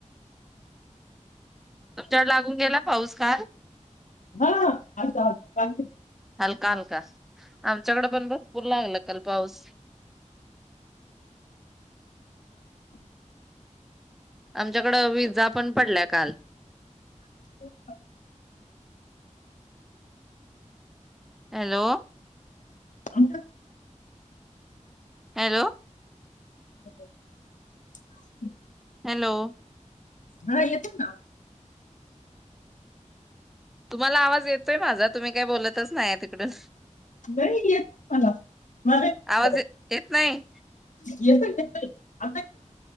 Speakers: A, in the centre; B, on the left.
A: आमचा लागून गेला पाऊस काय?
B: ह असतनी
A: काल का आमच्याकड पण भरपूर लागला काल पाऊस. आमच्याकड विज्जा पण पडल्यात. काल
B: <inaudible>
A: हॅलो.
B: आमच्या
A: हॅलो.
B: <inaudible>
A: हॅलो.
B: हा येतो ना
A: तुम्हाला आवाज येतोय माझा तुम्ही काय बोलत च नाही तिकडून.
B: नाही येत मला, मला येतोय
A: आवाज ये- येत नाही.
B: - येतोय. आता <inaudible>